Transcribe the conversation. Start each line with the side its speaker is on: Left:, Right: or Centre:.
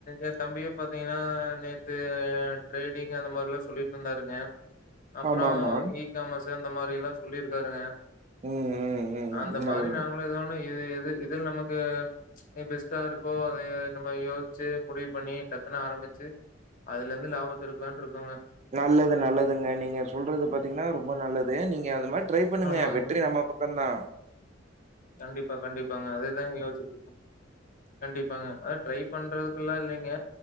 Left: எ தம்பிய பாத்தீங்கன்னா நேத்து ட்ரேடிங் அந்த மாரிலா சொல்லிட்டு இருந்தாருங்க அப்பற
Right: ஆமாமா.
Left: ஈகாமஸ்ஸு அந்த மாரில்லா சொல்லிருக்காருங்க
Right: ம் ம் ம்
Left: அந்த
Right: ம் நல்
Left: மாரி நாங்களு எத ஒண்ண இது இது இதுல நமக்கு எ பெஸ்ட்டா இருக்கோ அதை நம்ம யோசிச்சு முடிவு பண்ணி டக்குனு ஆரம்பிச்சு அதுல இருந்து லாபத்த எடுக்கலான்னுட்டு இருக்கங்க
Right: நல்லது நல்லதுங்க நீங்க சொல்றது பாத்தீங்கன்னா ரொம்ப நல்லது நீங்க அது மா ட்ரை பண்ணுங்க
Left: ஆமாங்க.
Right: வெற்றி நம்ம பக்க தா
Left: கண்டிப்பா கண்டிப்பாங்க அதேதா யோசிச்சி இருக்கோம் கண்டிப்பாங்க அத ட்ரை பண்றது அப்பில்லா இல்லைங்க